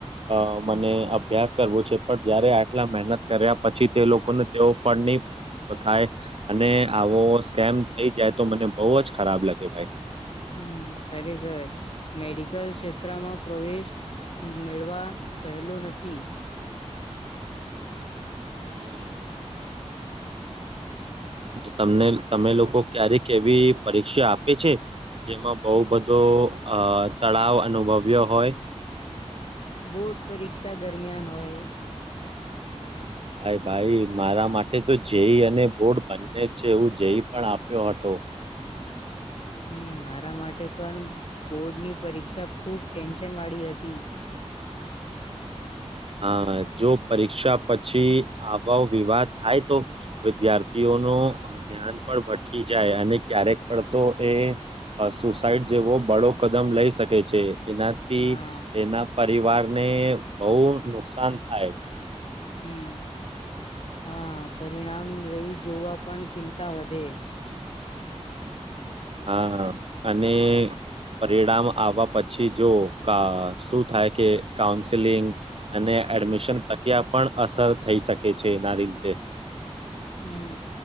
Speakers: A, on the right (about 55°); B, on the left (about 55°).
A: અ
B: હમ
A: મને અભ્યાસ કરવું છે પણ જયારે આટલા મહેનત કર્યા પછી તે લોકોને તેવ ફડ ની થાય અને આવો સ્કેમ થઈ જાય તો મને બોવ જ ખરાબ લા ગે ભાઈ
B: હમ ખરેખર મેડિકલ ક્ષેત્રમાં પ્રવેશ મેળવા સહેલું નથી.
A: <inaudible> તમને તમે લોકો ક્યારેક એવી પરીક્ષા આપે છે જેમાં બોવ બધો અ તળાવ અનુભવ્યો હોય
B: બોર્ડ પરીક્ષા દરમિયાન હોય
A: ભાઈ ભાઈ મારા માટે તો જેઈ અને બોર્ડ બંને જ છે એવું જેઈ પણ આપ્યો હતો
B: હમ મારા માટે પણ બોર્ડની પરીક્ષા ખુબ ટેન્શન વાળી હતી.
A: અ જો પરીક્ષા પછી આ <unintelligible> વિવાદ થાય તો વિદ્યાર્થીઓનો ધ્યાન પણ ભટકી જાય અને ક્યારેક પણ તો એ અ સુસાઈડ જેવો બળો કદમ લઈ શકે છે. એનાથી
B: હા
A: એના પરિવાર ને બોવ નુકસાન થાય
B: હમ હા પરિણામ રહી જોવા પણ ચિંતા વધે
A: હા અને પરિણામ આવવા પછી જો અ શું થાય કે કાઉન્સેલિંગ અને એડમિશન પ્રક્રિયા પણ અસર થઈ શકે છે એના રીતે
B: હમ